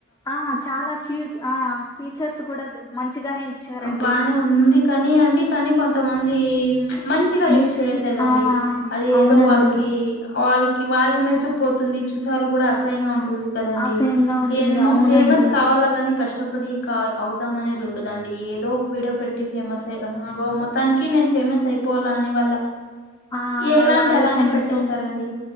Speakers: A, on the left (about 15°); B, on the left (about 55°).
A: ఆ చాలా ఫ్యూ ఆ ఫీచర్స్ కూడా మంచిగానే ఇచ్చారండి
B: బానే ఉంది కానీ అండి కానీ కొంతమంది మంచిగా యూజ్
A: మిస్
B: చేయట్లేదండి
A: ఆ
B: అది
A: అవునండి
B: ఏదో వాళ్ళకి వాళ్ళకి వాళ్ళ ఇమేజే పోతుంది చూసే వాళ్ళు కూడా అసలు అసహ్యంగ ఉంటుంది కదండి
A: అసహ్యంగా ఉంటుంది
B: ఏమో
A: అవునండి
B: ఫేమస్ కావాలగాని కష్టపడి కా అవుదాం అనేది ఉండదండి ఏదో ఒక వీడియో పెట్టి ఫేమస్ అయి ఆహా మొత్తానికి నేను ఫేమస్ అయిపోల అని వాళ్ళ
A: ఆ
B: ఎలాంటి
A: వాళ్ళ ఆలోచనలతో
B: అలానే పెట్టేస్తారండి